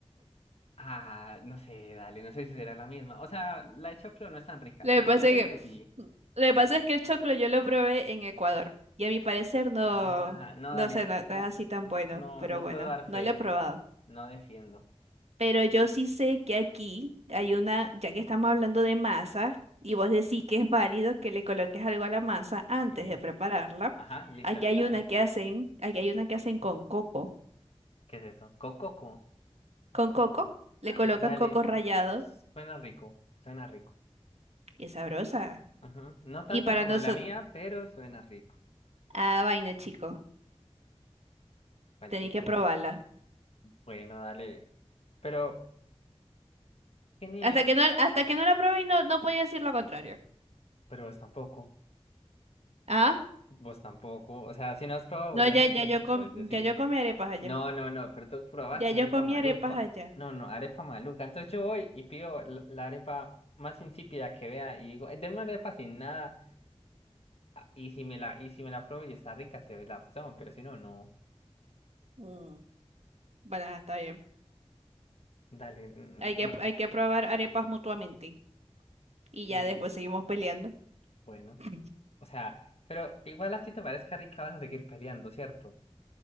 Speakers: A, on the left; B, on the right.
A: Ah, no sé, dale, no sé si será la misma. O sea, la de choclo no es tan rica.
B: Lo
A: La
B: que pasa
A: boyacense
B: es que,
A: sí.
B: lo que pasa es que el choclo yo lo probé en Ecuador y a mi parecer no,
A: Ah, no,
B: no
A: dale.
B: sé, no, no es
A: No,
B: así tan
A: no,
B: bueno,
A: no,
B: pero
A: no
B: bueno,
A: puedo dar
B: no
A: fe.
B: lo he probado.
A: No defiendo.
B: Pero yo sí sé que aquí hay una, ya que estamos hablando de masa y vos decís que es válido que le coloques algo a la masa antes
A: Sí.
B: de prepararla,
A: Ajá, listo,
B: aquí
A: legal.
B: hay una que hacen, aquí hay una que hacen con coco.
A: ¿Qué es eso? Cococo.
B: Con coco le
A: Ah,
B: colocan
A: dale.
B: coco rallado
A: Suena rico, suena rico.
B: y es sabrosa.
A: Ajá. No tanto
B: Y para
A: como
B: nosotros,
A: la mía, pero suena rico.
B: ah, vaina, chico,
A: Juan
B: tenéis
A: chico.
B: que probarla.
A: Bueno, dale. Pero, genial.
B: Hasta que no, hasta que no la probé y no, no podía decir lo contrario.
A: Pero vos tampoco.
B: Ah,
A: Vos tampoco. O sea, si no has probado
B: no,
A: boyacense,
B: ya, ya yo
A: no
B: com-
A: puedes decir.
B: ya yo comí arepas allá.
A: No, no, no, pero tú probaste
B: Ya yo
A: arepa
B: comí
A: maluca.
B: arepas allá.
A: No, no, arepa maluca. Entonces yo voy y pido la la arepa más insípida que vea y digo, "Eh, denme una arepa sin nada. Ah, Y si me la, y si me la pruebo y está rica, te doy la razón. Pero si no, no.
B: Mm, Bueno, ajá, está bien.
A: Dale. mm,
B: Hay que,
A: No.
B: hay que probar arepas mutuamente. Y ya
A: Mm,
B: después seguimos peleando.
A: Bueno.
B: <laughs>
A: O sea, pero igual así te parezca rica, vas a seguir peleando, ¿cierto?